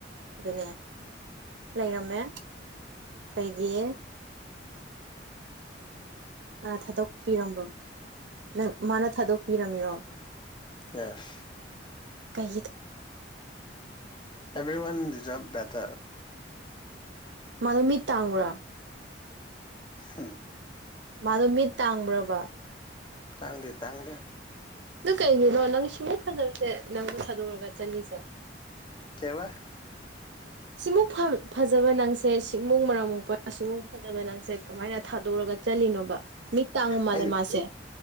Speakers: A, on the right; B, on the left.
A: ꯑꯗꯨꯅꯦ ꯂꯩꯔꯝꯃꯦ ꯀꯩꯒꯤ ꯃꯥꯅ ꯊꯥꯗꯣꯛꯄꯤꯔꯝꯕ꯭ꯔꯣ ꯅꯪ ꯃꯥꯅ ꯊꯥꯗꯣꯛꯄꯤꯔꯝꯃꯤꯔꯣ
B: ꯌꯦꯁ
A: ꯀꯩꯒꯤ
B: ꯑꯦꯚ꯭ꯔꯤ ꯋꯥꯟ ꯗꯤꯖꯔꯚ ꯕꯦꯇꯔ
A: ꯃꯥꯗꯨ ꯃꯤ ꯇꯥꯡꯕ꯭ꯔ
B: ꯍꯝ
A: ꯃꯥꯗꯣ ꯃꯤꯠ ꯇꯥꯡꯕ꯭ꯔꯕ
B: ꯇꯥꯡꯗꯦ ꯇꯥꯡꯗꯦ
A: ꯑꯗꯨ ꯀꯩꯒꯤꯅꯣ ꯅꯪ ꯁꯤꯃꯨꯛ ꯐꯖꯕꯁꯦ ꯅꯪꯕꯨ ꯊꯥꯗꯣꯛꯔꯒ ꯆꯠꯂꯤꯁꯦ
B: ꯀꯩꯕꯥ
A: ꯁꯤꯃꯨꯛ ꯐꯕ ꯐꯖꯕ ꯅꯪꯁꯦ ꯁꯤꯃꯨꯡ ꯃꯔꯝ ꯃꯛꯄ ꯁꯤꯃꯨꯡ ꯐꯖꯕ ꯅꯪꯁꯦ ꯀꯃꯥꯏꯅ ꯊꯥꯗꯣꯛꯔꯒ ꯆꯠꯂꯤꯅꯣꯕ ꯃꯤꯠ ꯇꯥꯡꯕ ꯃꯥꯜꯂꯦ
B: ꯑꯩ
A: ꯃꯥꯁꯦ